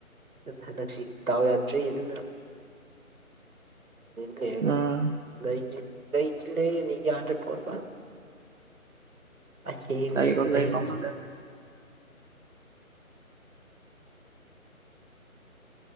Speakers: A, on the right; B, on the right.
A: ꯍꯟ ꯁꯤ ꯇꯥꯎ ꯌꯥꯗ꯭ꯔꯤ ꯑꯗꯨꯅ ꯀꯑꯦꯒ
B: ꯎꯝ
A: ꯏꯦ ꯇꯩ ꯂꯩ ꯌꯥꯗꯦ ꯐꯄ ꯑ ꯍꯦꯡ
B: ꯂꯩꯔꯣ
A: ꯆꯠꯗ
B: ꯂꯩꯔꯣ
A: ꯍꯦꯡꯖꯗ
B: ꯑꯃ ꯂꯩꯔꯣ